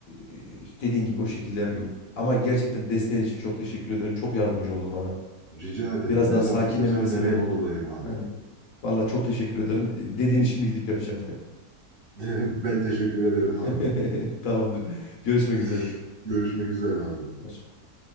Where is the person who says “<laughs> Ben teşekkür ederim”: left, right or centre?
Right